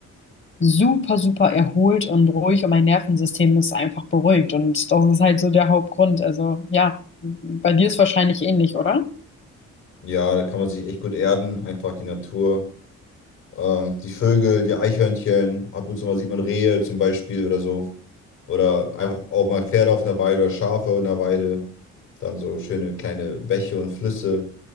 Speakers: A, on the left; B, on the left.
A: super, super erholt und ruhig und mein Nervensystem ist einfach beruhigt. Und das ist halt so der Hauptgrund. Also ja, bei dir ist wahrscheinlich ähnlich, oder?
B: Ja, da kann man sich echt gut erden. Einfach die Natur, ähm, die Vögel, die Eichhörnchen. Ab und zu mal sieht man Rehe zum Beispiel oder so. Oder einfach auch mal Pferde auf einer Weide oder Schafe in der Weide. Dann so schöne kleine Bäche und Flüsse,